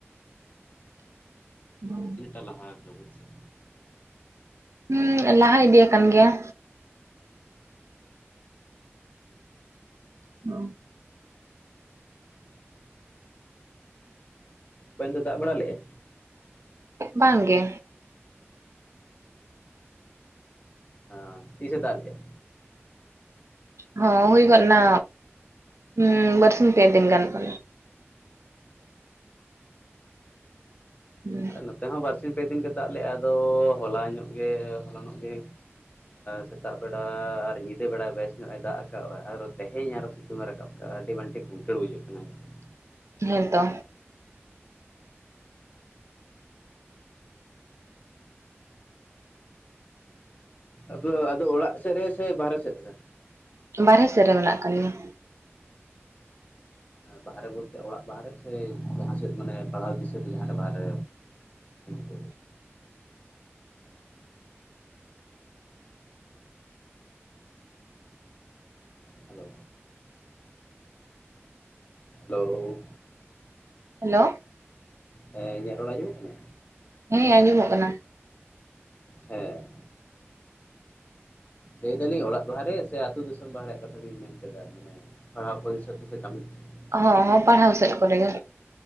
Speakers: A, on the right; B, on the left.
A: <inaudible>
B: ᱛᱤᱱᱴᱟ ᱞᱟᱦᱟ ᱠᱟᱱᱟ ᱵᱟᱹᱫ ᱥᱮᱜ?
A: ᱦᱩᱸ ᱞᱟᱦᱟ ᱤᱫᱤᱭᱟᱠᱟᱱ ᱜᱮᱭᱟ᱾ <inaudible>
B: ᱟᱯᱮ ᱚᱱᱛᱮ ᱫᱟᱜ ᱵᱟᱲᱟ ᱞᱮᱜᱼᱟ?
A: ᱵᱟᱝ ᱜᱮ᱾
B: ᱟ ᱛᱤᱥᱮ ᱫᱟᱜ ᱞᱮᱭᱟ?
A: ᱦᱚ ᱦᱩᱭ ᱜᱚᱫ ᱱᱟ ᱦᱩᱸ ᱵᱟᱨᱥᱤᱧ ᱯᱮ ᱫᱤᱱ ᱜᱟᱱ ᱠᱚ᱾ ᱦᱩᱸ,
B: ᱟᱞᱮ ᱱᱚᱛᱮ ᱦᱚᱸ ᱵᱟᱨ ᱥᱤᱧ ᱯᱮ ᱫᱤᱱ ᱜᱮ ᱫᱟᱜ ᱞᱮᱫᱼᱟ ᱟᱫᱚ ᱦᱚᱞᱟ ᱧᱚᱜ ᱜᱮ ᱦᱚᱞᱟ ᱱᱚᱜ ᱜᱮ ᱥᱮᱛᱟᱜ ᱵᱮᱲᱟ ᱟᱨ ᱧᱤᱫᱟᱹ ᱵᱮᱲᱟ ᱵᱮᱥ ᱧᱚᱜᱼ ᱮ ᱫᱟᱜ ᱟᱠᱟᱜ ᱟᱭ ᱟᱨᱚ ᱛᱮᱦᱮᱧ ᱟᱨ ᱥᱤᱛᱩᱝ ᱮ ᱨᱟᱠᱟᱵ ᱠᱟᱜᱼᱟ ᱟᱹᱰᱤ ᱵᱟᱝ ᱴᱷᱤᱠ ᱜᱷᱩᱱᱴᱟ. ᱲ ᱵᱩᱡᱟᱹᱜ ᱠᱟᱱᱟ ᱾
A: ᱦᱮᱸ ᱛᱚ᱾
B: ᱟᱫᱚ ᱟᱫᱚ ᱚᱲᱟᱜ ᱥᱮᱫ ᱨᱮ ᱥᱮ ᱵᱟᱨᱦᱮ ᱥᱮᱫ ᱨᱮ?
A: ᱵᱟᱨᱦᱮ ᱥᱮᱫ ᱨᱮ ᱢᱮᱱᱟᱜ ᱠᱟᱫ ᱞᱤᱧᱟ᱾
B: ᱵᱟᱦᱨᱮ ᱵᱚᱞᱛᱮ ᱚᱲᱟᱜ ᱵᱟᱦᱨᱮ ᱥᱮ ᱡᱟᱦᱟᱸ ᱥᱮᱫ ᱢᱟᱱᱮ ᱯᱟᱲᱦᱟᱣ ᱫᱤᱥᱟᱹᱛᱮ ᱡᱟᱦᱟᱸᱨᱮ ᱵᱟᱦᱨᱮ <inaudible> ᱦᱮᱞᱳ ᱦᱮᱞᱳ᱾
A: ᱦᱮᱞᱳ᱾
B: ᱦᱮᱸ ᱤᱧᱟᱹᱜ ᱨᱚᱲ ᱟᱡᱚᱢᱚᱜ ᱠᱟᱱᱟ?
A: ᱦᱮᱸ ᱟᱸᱡᱚᱢᱚᱜ ᱠᱟᱱᱟ᱾
B: ᱦᱮᱸ᱾ ᱞᱟᱹᱭ ᱫᱟᱞᱤᱧ ᱚᱲᱟᱜ ᱵᱟᱦᱨᱮ ᱥᱮ ᱟᱹᱛᱩᱳ ᱫᱤᱥᱚᱢ ᱵᱟᱦᱨᱮ ᱨᱮᱭᱟᱜ ᱠᱟᱛᱷᱟ ᱵᱮᱱ ᱢᱮᱱ ᱠᱮᱫᱟ? ᱢᱟᱱᱮ ᱯᱟᱲᱦᱟᱣ ᱯᱚᱨᱤᱥᱚᱫ ᱥᱮ ᱠᱟᱹᱢᱤ ᱫᱤᱥᱟᱹᱛᱮ?
A: ᱚ ᱦᱚᱸ ᱦᱚᱸ ᱯᱟᱲᱦᱟᱣ ᱥᱮᱫ ᱠᱚᱨᱮᱜᱮ᱾